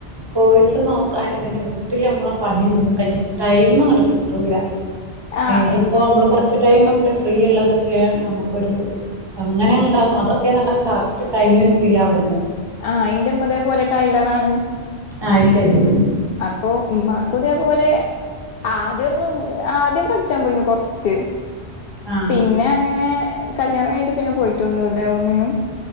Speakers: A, on the right; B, on the left.
A: കോഴ്സ് നോക്കാ ന് തന്നെ വീട്ടില് നമ്മളെ പണിതും കഴിഞ്ഞ്ടൈം അങ്ങട്ട് കിട്ടൂല.
B: ആഹ്
A: ഇതിപ്പോ
B: ഇൻ
A: മ്മള് കുറച്ച് ടൈം എപ്പഴേ ഫ്രീ ഉള്ളതൊക്കെയ നമ്മുക്കൊരു അങ്ങനെങ്ങട്ട് അതൊക്കെന്നർഞ കറക്റ്റ് ടൈമിന് ഫ്രീ ആവേണ്ടേ?
B: ആ എന്റെമ്മതേ പോലെ ടൈലറാണ്.
A: ആഹ് ശരി.
B: അപ്പൊമ്മാക്കുതെപോലെ ആദ്യ ഒന്നും ആദ്യം പഠിച്ചാൻ പോയിനി കൊറച്ച്
A: ആഹ്
B: പിന്നെ അങ്ങനെ കല്യാണം കഴിഞ്ട്ട് പിന്നെ പോയിട്ടൊന്നുംല്ല ഒന്നിനും.